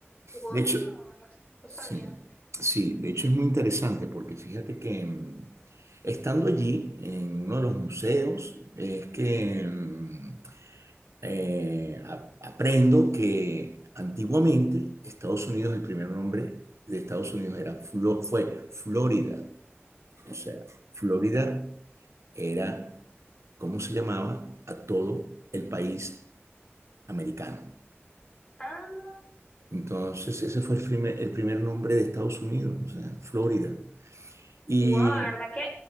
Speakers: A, on the left; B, on the right.
A: Wow,
B: De hecho,
A: no, s- no sabía.
B: sí, sí, de hecho es muy interesante porque fíjate que mm, estando allí en uno de los museos es que mm, eh, a- aprendo que antiguamente Estados Unidos, el primer nombre de Estados Unidos era Flo- fue Florida. O sea, Florida era cómo se llamaba a todo el país americano.
A: Ah,
B: Entonces, ese fue el primer, el primer nombre de Estados Unidos, o sea, Florida. Y
A: wow, de verdad que